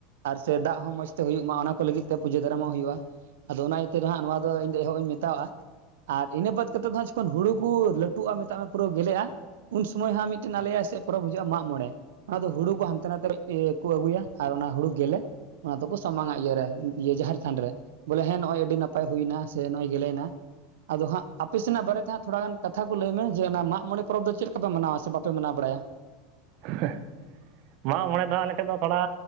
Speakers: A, on the right; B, on the right.
A: ᱟᱨ ᱥᱮ ᱫᱟᱜ ᱦᱚᱸ ᱢᱚᱸᱡᱽ ᱛᱮ ᱦᱩᱭᱩᱜ ᱢᱟ ᱚᱱᱟ ᱠᱚ ᱞᱟᱹᱜᱤᱫ ᱛᱮ ᱯᱩᱡᱟᱹ ᱫᱟᱨᱟᱢᱚᱜ ᱦᱩᱭᱩᱜᱼᱟ᱾ ᱟᱫᱚ ᱚᱱᱟ ᱤᱭᱟᱹᱛᱮ ᱦᱟᱸᱜ ᱱᱚᱣᱟ ᱫᱚ ᱤᱧ ᱫᱚ ᱮᱦᱚᱵ ᱤᱧ ᱢᱮᱛᱟᱜᱼᱟ ᱟᱨ ᱤᱱᱟᱹ ᱵᱟᱫ ᱠᱟᱛᱮ ᱫᱚ ᱡᱚᱠᱷᱚᱱ ᱦᱩᱲᱩ ᱠᱩ ᱞᱟᱹᱴᱩᱜᱼᱟ ᱢᱮᱛᱟᱜ ᱢᱮ ᱯᱩᱨᱟᱹ ᱜᱮᱞᱮᱜᱼᱟ ᱩᱱ ᱥᱩᱢᱚᱭ ᱦᱟᱸᱜ ᱢᱤᱫᱴᱮᱱ ᱟᱞᱮᱭᱟᱜ ᱥᱮᱜ ᱯᱚᱨᱚᱵ ᱦᱤᱡᱩᱜᱼᱟ ᱢᱟᱜᱽ ᱢᱚᱬᱮ᱾ ᱟᱫᱚ ᱦᱩᱲᱩ ᱠᱚ ᱦᱟᱱᱛᱮ ᱱᱟᱛᱮ ᱤᱭᱟᱹ ᱠᱚ ᱟᱹᱜᱩᱭᱟ ᱟᱨ ᱚᱱᱟ ᱦᱩᱲᱩ ᱜᱮᱞᱮ ᱚᱱᱟ ᱫᱚᱠᱚ ᱥᱟᱢᱟᱝᱟ ᱤᱭᱟᱹᱨᱮ ᱤᱭᱟᱹ ᱡᱟᱦᱮᱨ ᱛᱷᱟᱱ ᱨᱮ᱾ ᱵᱚᱞᱮ ᱦᱮᱸ ᱱᱚᱜᱼᱚᱭ ᱟᱹᱰᱤ ᱱᱟᱯᱟᱭ ᱦᱩᱭᱱᱟ ᱥᱮ ᱱᱚᱜᱼᱚᱭ ᱜᱮᱞᱮᱭᱱᱟ ᱟᱫᱚ ᱦᱟᱸᱜ ᱟᱯᱮ ᱥᱮᱱᱟᱜ ᱵᱟᱨᱮᱛᱮ ᱦᱟᱸᱜ ᱛᱷᱚᱲᱟ ᱜᱟᱱ ᱠᱟᱛᱷᱟ ᱠᱚ ᱞᱟᱹᱭ ᱢᱮ ᱡᱮ ᱚᱱᱟ ᱢᱟᱜᱽ ᱢᱚᱬᱮ ᱯᱚᱨᱚᱵᱽ ᱫᱚ ᱪᱮᱫ ᱞᱮᱠᱟ ᱯᱮ ᱢᱟᱱᱟᱣᱟ ᱥᱮ ᱵᱟᱯᱮ ᱢᱟᱱᱟᱣ ᱵᱟᱲᱟᱭᱟ?
B: ᱦᱮᱸ ᱢᱟᱜᱽ ᱢᱚᱬᱮ ᱟᱞᱮ ᱴᱷᱮᱜ ᱫᱚ ᱛᱷᱚᱲᱟ